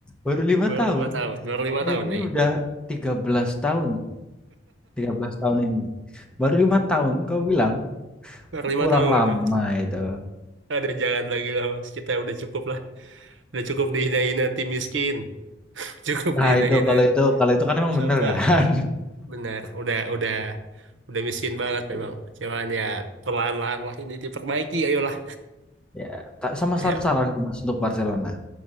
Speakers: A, in the centre; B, on the right.
A: baru lima
B: baru
A: tahun
B: lima tahun. Baru lima
A: MU
B: tahun nih.
A: udah 13 tahun 13 tahun ini baru lima tahun kau bilang
B: Baru lima
A: kurang
B: tahun
A: lama
B: mas.
A: itu.
B: Ada jangan lagi lah mas. Kita udah cukup lah. Udah cukup dihina-hina tim miskin. <laughs> Cukup
A: Nah
B: dihina-hina
A: itu kalau itu kalau itu kan
B: tim
A: emang
B: sampah.
A: bener kan.
B: Benar. Udah, udah, udah miskin banget
A: <laughs>
B: memang. Cuman ya perlahan-lahan lah ini diperbaiki. Ayolah.
A: Ya, ta- sama
B: Ya.
A: satu saranku Mas untuk Barcelona.